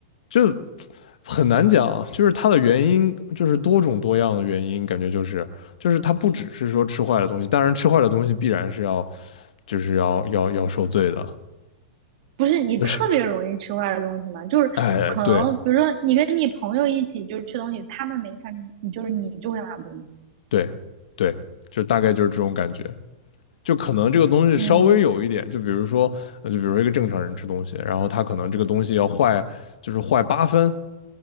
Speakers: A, on the left; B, on the right.
A: 就很难讲，就是它的原因就是多种多样的原因，感觉就是就是它不只是说吃坏了东西，当然吃坏了东西必然是要就是要要要受罪的，
B: 不是你特别容易吃坏的东西吗？
A: 就是
B: 就是可能，
A: 哎对。
B: 比如说你跟你朋友一起就是吃东西，他们没事儿你你就是你就会拉肚子。
A: 对对，就大概就是这种感觉。就可能这个东西稍微有一点，
B: 嗯
A: 就比如说，呃就比如说一个正常人吃东西，然后他可能这个东西要坏，就是坏八分，